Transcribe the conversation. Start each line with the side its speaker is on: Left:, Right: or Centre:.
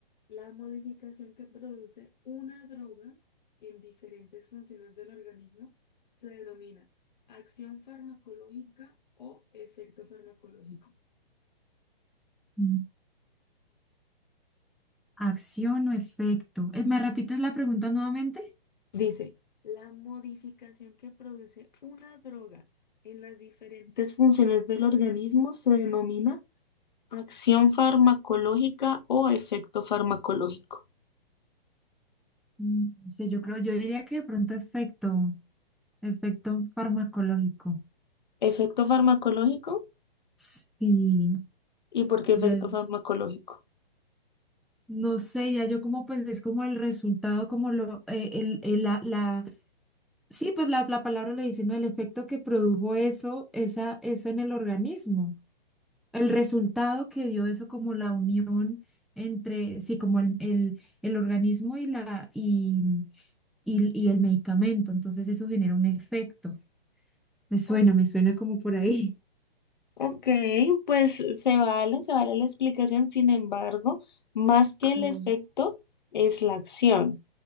Left: la modificación que produce una droga en diferentes funciones del organismo se denomina acción farmacológica o efecto farmacológico.
Centre: Mm. Acción o efecto. Eh, ¿Me repites la pregunta nuevamente?
Left: Dice, la modificación que produce una droga en las diferentes funciones del organismo se denomina acción farmacológica o efecto farmacológico.
Centre: Mm, No yo creo, yo diría que de pronto efecto, efecto farmacológico.
Left: Efecto farmacológico,
Centre: Sí.
Left: ¿y por qué efecto
Centre: Ya,
Left: farmacológico?
Centre: no sé, ya yo como pues es como el resultado, como lo, eh, el, el- la, la, sí, pues la, la palabra lo dice, ¿no? El efecto que produjo eso, esa, eso en el organismo, el resultado que dio eso como la unión entre, sí, como el, el, el organismo y la, y, y, y el medicamento, entonces eso genera un efecto. Me suena,
Left: Ok,
Centre: me suena como por ahí.
Left: ok, pues se vale, se vale la explicación, sin embargo, más
Centre: <laughs>
Left: que el
Centre: Mm.
Left: efecto es la acción,